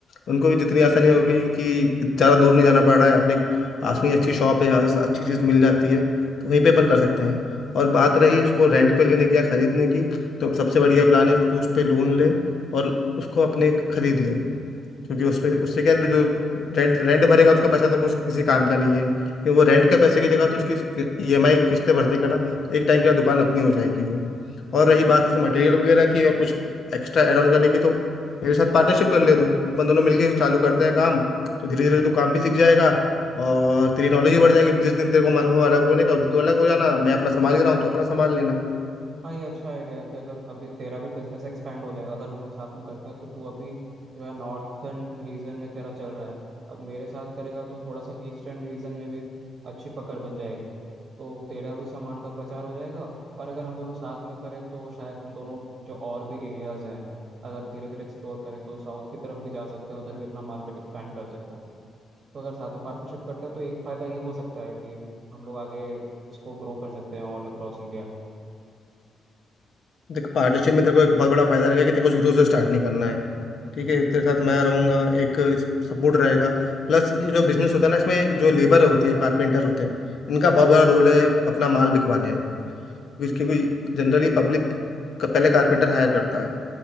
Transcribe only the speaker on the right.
हाँ ये अच्छा आइडिया है कि अगर अभी तेरा भी बिजनेस एक्सपेंड हो जाएगा अगर हम लोग साथ में करते हैं तो तू अभी जो है नॉर्थर्न रीजन में तेरा चल रहा है अब मेरे साथ करेगा तो थोड़ा सा ईस्टर्न रीजन में भी अच्छी पकड़ बन जाएगी तो तेरा भी सामान का प्रचार हो जाएगा और अगर हम दोनों साथ में करें तो शायद हम दोनों जो और भी एरियाज हैं अगर धीरे धीरे एक्सप्लोर करें तो साउथ की तरफ भी जा सकते हैं उधर भी अपना मार्केट एक्सपेंड कर सकते हैं तो अगर साथ में पार्टनरशिप करते हैं तो एक फ़ायदा ये हो सकता है कि हम लोग आगे इसको ग्रो कर सकते हैं ऑल अक्रॉस इंडिया